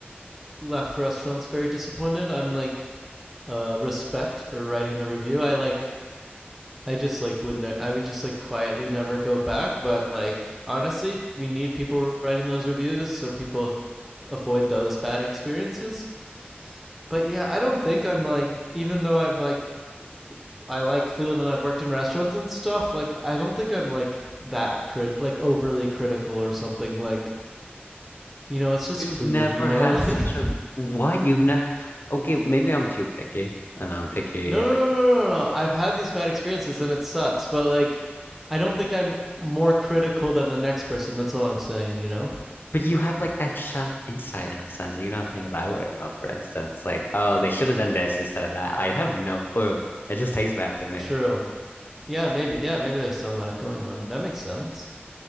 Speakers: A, in the centre; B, on the left.
A: left restaurants very disappointed. I'm like, uh, respect for writing the review. I like I just like would not I would just like quietly never go back. But like honestly, we need people writing those reviews so people avoid those bad experiences. But yeah, I don't think I'm like even though I've like I like food and I've worked in restaurants and stuff, like I don't think I'm like that crit like overly critical or something like you know, it's just
B: You've
A: food,
B: never
A: you know?
B: had
A: <laughs>
B: such
A: Like
B: a what? You've never okay, maybe I'm too picky and I'm picky
A: no
B: like
A: no no no no no. I've had these bad experiences and it sucks, but like I don't think I'm more critical than the next person. That's all I'm saying, you know?
B: but you have like that chef insight in a sense. You know things I wouldn't know, for instance. Like, oh, they should have done this instead of that. I have no clue. It just tastes bad to me.
A: True. Yeah, maybe. Yeah, maybe there's some of that going on. That makes sense.